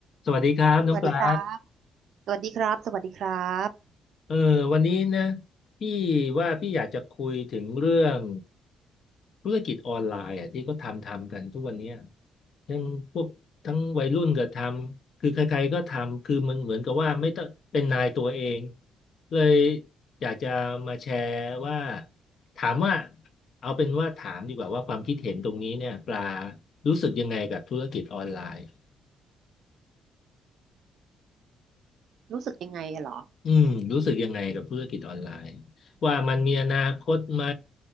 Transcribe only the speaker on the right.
สวัสดีครับสวัสดีครับ สวัสดีครับ
รู้สึกยังไงเหรอ
อืม